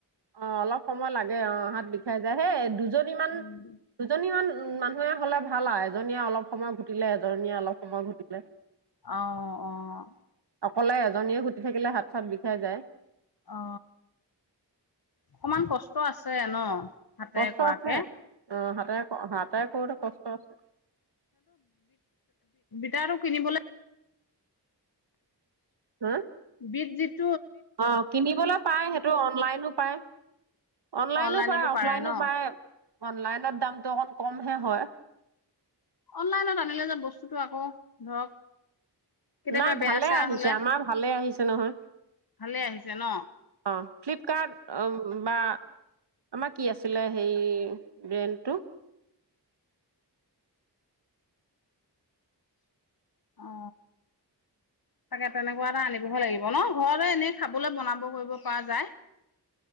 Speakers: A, on the right (about 70°); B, on the left (about 60°).
A: অ অলপ সময় লাগে অ হাত বিষাই যায় হেই দুজনীমানান
B: উম,
A: দুজনীমান উম মানুহে হলে ভাল আৰু এজনীয়ে অলপ সময় ঘুটিলে এ ীয়ে অলপ সময় ঘটিলে
B: অ', অ',
A: সলে এজনীয়ে গুটি থাকিলে হাত চাত বিষাই যায়
B: অ অকমান কষ্ট আছে ন হাতে
A: কষ্ট
B: কৰাকে
A: আছে আহ হাতাই হতোই কৰোতে কষ্ট আছে
B: এতি আৰু কিনিবলৈ
A: হা
B: বিদ্যুৎ
A: অ কিনিবলৈ পায় সেইটো অনলাইনো পায় অনলাইনো
B: অনলাইনতো
A: পায় অফলাইনো
B: পাৰে ন?
A: পায় অনলাইনত দামটো অকণ কমহে হয়
B: অনলাইনত আনিলে যে বস্তুটো আকৌ ধৰক কেতিয়াবা
A: নাই
B: বেয়া
A: ভালে
B: চেয়া
A: আহিছে
B: হলে
A: আমাৰ ভালে আহিছে নহয়
B: ভালে আহিছে ন?
A: অ ফ্লিপকাৰ্ট বা আমাৰ কি আছিলে সেই ব্ৰেণ্টো
B: অ তাকে তেনেকুৱা এটা আনিবহে লাগিব ন ঘৰতে এনে খাবলৈ বনাব কৰিব পৰা যায়